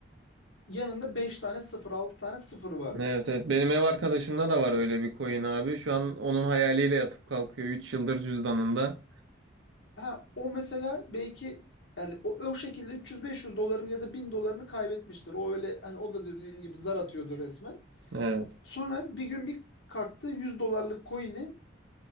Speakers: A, on the left; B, on the right.
A: yanında 5 tane sıfır, altı tane sıfır vardı.
B: Evet, evet. Benim ev arkadaşımda da var öyle bir coin abi. Şu an onun hayaliyle yatıp kalkıyor. üç yıldır cüzdanında.
A: Ha o mesela belki yani o, o şekilde 300-500 doların ya da 1000 dolarını kaybetmiştir. O öyle hani o da dediğin gibi zar atıyordu resmen.
B: Evet.
A: Sonra bir gün bir kalktı 100 dolarlık coin'i